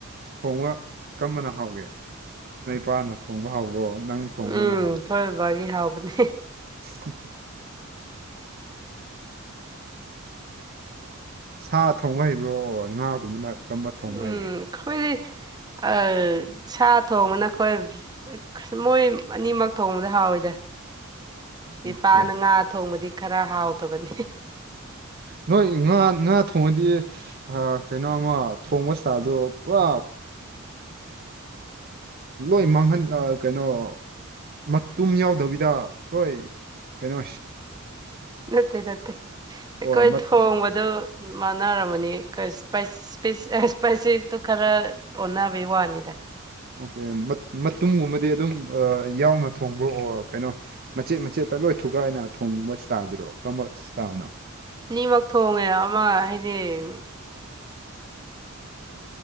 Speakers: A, on the right; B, on the right.
A: ꯊꯣꯡꯕꯅ ꯀꯝꯔꯕꯅ ꯍꯥꯎꯒꯦ ꯅꯣꯏ ꯏꯄꯥꯅ ꯊꯣꯡꯕ ꯍꯥꯎꯕ꯭ꯔꯣ ꯅꯪ ꯊꯣꯡꯕꯅ
B: ꯎꯝ
A: ꯍꯥꯎ
B: ꯑꯈꯣꯏ ꯕꯕꯥꯒꯤ ꯍꯥꯎꯕꯅꯦ
A: <unintelligible> ꯁꯥ ꯊꯣꯡꯕ ꯍꯩꯕ꯭ꯔꯣ ꯉꯥꯒꯨꯝꯕꯅ ꯀꯔꯝꯕ ꯊꯣꯡꯕ
B: ꯎꯝ
A: ꯍꯩꯒꯦ
B: ꯑꯩꯈꯣꯏꯗꯤ ꯑ ꯁꯥ ꯊꯣꯡꯕꯅ ꯑꯩꯈꯣꯏ ꯃꯣꯏ ꯑꯅꯤꯃꯛ ꯊꯣꯡꯕꯗ ꯍꯥꯎꯏꯗ
A: ꯑꯣꯀꯦ
B: ꯏꯄꯥꯅ ꯉꯥ ꯊꯣꯡꯕꯗꯤ ꯈꯔ ꯍꯥꯎꯇꯕꯅꯤ
A: ꯅꯣꯏ ꯉꯥ ꯉꯥ ꯊꯣꯡꯉꯗꯤ ꯀꯩꯅꯣꯃ ꯊꯣꯡꯕ ꯏꯁꯇ꯭ ꯏꯜ ꯗꯨ ꯄꯨꯔꯥ ꯂꯣꯏ ꯃꯥꯡꯍꯟ ꯑ ꯀꯩꯅꯣ ꯃꯇꯨꯝ ꯌꯥꯎꯗꯕꯤꯗ ꯍꯣꯏ ꯀꯩꯅꯣ
B: ꯅꯠꯇꯦ ꯅꯠꯇꯦ ꯑꯩꯈꯣꯏ
A: ꯑꯣꯔ ꯃꯠ
B: ꯊꯣꯡꯕꯗ ꯃꯥꯟꯅꯔꯝꯃꯅꯤ <unintelligible> ꯏꯁꯄꯤꯁ ꯑ ꯏꯁꯄꯥꯏꯁꯦꯁꯇꯣ ꯈꯔ ꯑꯣꯟꯅꯕꯩ ꯋꯥꯅꯤꯗ
A: ꯑꯣꯀꯦ ꯃꯠ ꯃꯇꯨꯝꯒꯨꯝꯕꯗꯤ ꯑꯗꯨꯝ ꯑ ꯌꯥꯎꯅ ꯊꯣꯡꯕ꯭ꯔꯣꯑꯣ ꯀꯩꯅꯣ ꯃꯆꯦꯠ ꯃꯆꯦꯠꯇ ꯂꯣꯏ ꯊꯨꯒꯥꯏꯅ ꯊꯣꯡꯕ ꯏꯁꯇꯥꯏꯟꯗꯨꯔꯣ ꯀꯔꯝꯕ ꯏꯁꯇꯥꯏꯟꯅꯣ
B: ꯑꯅꯤꯃꯛ ꯊꯣꯡꯉꯦ ꯑꯃ ꯍꯥꯏꯗꯤ <inaudible>
A: <inaudible>